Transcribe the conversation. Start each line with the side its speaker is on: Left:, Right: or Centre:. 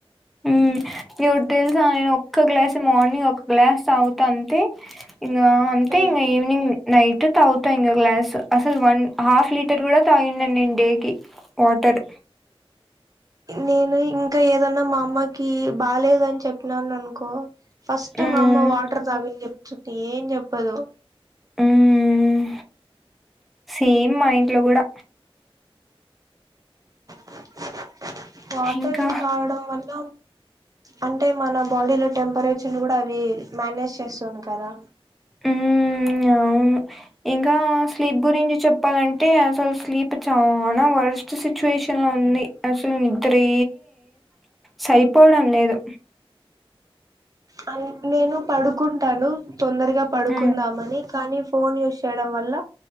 Centre: మ్మ్ నీకు ఒకటి తెలుస నేను ఒక్క గ్లాస్ మార్నింగ్ ఒక గ్లాస్ తాగుతా అంతే ఇంగా అంటే
Right: మ్మ్
Centre: ఇంగా ఈవినింగ్ నైట్ తాగుతా ఇంగ గ్లాస్ అసలు వన్ హాఫ్ లీటర్ కూడా తాగిండడి నేను డేకి వాటర్
Right: నేను ఇంకా ఏదన్నా మా అమ్మకి బాలేదని చెప్పినాను అనుకో ఫస్ట్
Centre: మ్మ్
Right: మా అమ్మ వాటర్ తాగు అని చెప్తుంది ఏం చెప్పదు
Centre: ఉమ్ సేమ్ మా ఇంట్లో కూడా
Right: <inaudible> వాటరు
Centre: ఇంకా
Right: తాగడం వల్ల అంటే మన బాడీలో టెం పరేచర్ని కూడా అది మేనేజ్ చేస్తుంది కదా
Centre: ఉమ్ అవును ఇంకా స్లీప్ గురించి చెప్పాలంటే అసలు స్లీప్ చాలా వర్స్ట్ సిచ్యుయేషన్ లో ఉంది అస నిద్రే సరిపోవడం లేదు
Right: ఆ నేను పడుకుంటాను తొందరగా పడుకుందామని
Centre: మ్మ్
Right: కానీ ఫోన్ యూస్ చేయడం వల్ల